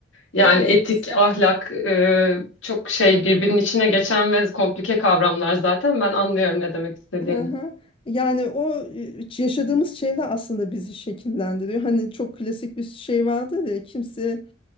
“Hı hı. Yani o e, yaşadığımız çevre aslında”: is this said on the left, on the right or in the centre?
Left